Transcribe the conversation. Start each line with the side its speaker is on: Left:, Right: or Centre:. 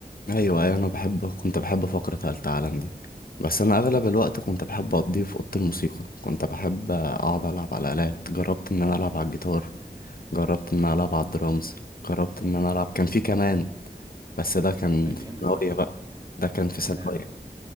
Left: ايوه أيوة، انا بحب كنت بحب فقرة هل تعلم دي بس انا اغلب الوقت كنت بحب اقضيه في اوضه الموسيقى كنت بحب اقعد العب على الالات جربت ان انا العب على الجيتار جربت ان انا العب على الدرامز جربت ان انا العب كان في كمان بس ده كان
Right: ده جامد
Left: في ثانويه
Right: ده
Left: بقى ده كان في
Right: إحنا
Left: ثانويه